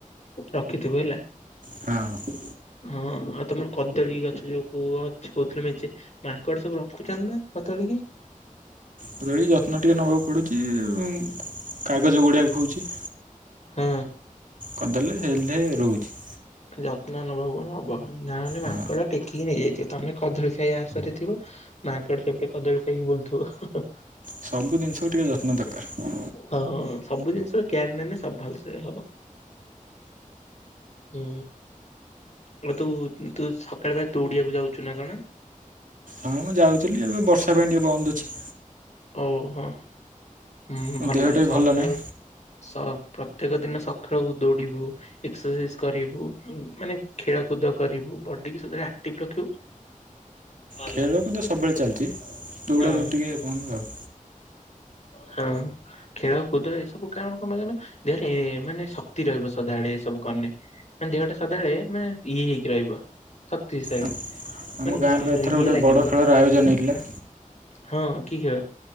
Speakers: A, on the left; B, on the right.
A: ରଖିଥିବୁ ହେଲା।
B: ହଁ ହଁ।
A: ହଁ ଆଉ ତମର କଦଳୀ ଗଛ ଯୋଉ କୁ ଅଛି କହୁଥିଲୁ ମେଞ୍ଚେ ମାଙ୍କଡ ସବୁ ରଖୁଛନ୍ତି ନା କଦଳୀ କି?
B: କଦଳୀ ଯତ୍ନ ଟିକେ ନବାକୁ ପଡୁଚି, ଉମ୍ କାଗଜ ଗୁଡେଇଆକୁ ହଉଛି।
A: ହଁ।
B: କଦଳୀରେ ହେଲେ ରହୁଛି।
A: ଯତ୍ନ ନବାକୁ ହବ। ଯା ନହେଲେ ମାଙ୍କଡ଼
B: ହଁ
A: ଟେକି କି ନେଇ ଯାଇଥିବେ। ତମେ କଦଳୀ ଖାଇବା ଆଶାରେ ଥିବ ମାଙ୍କଡ଼ ସେପଟେ କଦଳୀ ଖାଇକି ବୁଲୁଥିବ।
B: ସବୁ ଜିନିଷକୁ ଟିକେ ଯତ୍ନ ଦରକାର।
A: ହଁ ହଁ ସବୁ ଜିନିଷ କେୟାର ନେନେ ସବୁ ଭଲସେ ହବ। ହୁଁ। ଆଉ ତୁ ତୁ ସକାଳ ବେଳେ ଦୋଉଡିଆକୁ ଯାଉଛୁ ନା କଣ?
B: ହଁ ମୁଁ ଯାଉଥିଲି ଏବେ ବର୍ଷା ପାଇଁ ଟିକେ ବନ୍ଦ ଅଛି।
A: ଓହୋ ହଁ ହୁଁ
B: ମୋ
A: ଭଲ
B: ଦେହଟା ବି
A: ସକାଳୁ
B: ନାହିଁ
A: ସ ପ୍ରତ୍ୟେକ ଦିନ ସଖାଳକୁ ଦୌଡିବୁ, ଏକ୍ସରସାଇଜ କରିବୁ, ମାନେ ଖେଳକୁଦ କରି ବୁ, ବଡି଼କୁ ସଦାବେଳେ ଆକ୍ଟିଭ ରଖିବୁ। ଭଲ
B: ଖେଳକୁଦ ସବୁବେଳେ ଚାଲିଚି, ଦୌଡ଼ା
A: ହଁ
B: ଦୌଡି଼ ଟିକିଏ ବନ୍ଦ ଆଉ।
A: ହଁ। ଖେଳ, କୁଦ ଏସବୁ କାରଣ କଣ ଜାଣି, ଦେହରେ ମାନେ, ଶକ୍ତି ରହିବ, ସଦା ବେଳେ କରିନେ। ମାନେ, ଦେହଟା ସଦାଳେ ମାନେ ଇଏ ହେଇକି ରହିବ। ଶକ୍ତିଶାଳୀ।
B: ଆଉ ଆମ
A: ମାନେ
B: ଗାଁ ରୁ ଏଥର
A: ଇଏ
B: ଗୋଟେ
A: ଲାଗିବନି।
B: ବଡ଼ ଖେଳର ଆୟୋଜନ ହେଇଥିଲା।
A: ହଁ। କି ଖେଳ?